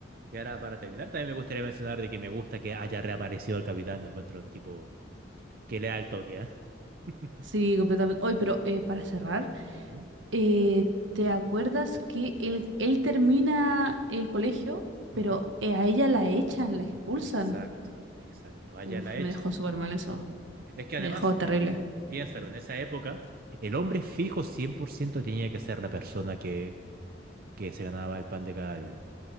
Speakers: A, on the right; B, on the right.
A: Y ahora, para terminar, también me gustaría mencionar de que me gusta que haya reaparecido el capitán, lo encuentro un tipo que le da el toque, ¿eh? <laughs>
B: Sí, completamente. Hoy, pero eh, para cerrar.
A: Ujú,
B: Eh, ¿te acuerdas que él, él termina el colegio, pero
A: ujú.
B: eh, a ella la echan, la expulsan?
A: Exacto, exacto. Allá
B: Uf,
A: la echan.
B: me dejó súper mal eso.
A: Es que además,
B: Me dejó terrible.
A: piénsalo, en esa época, el hombre fijo 100% tenía que ser la persona que, que se ganaba el pan de cada día.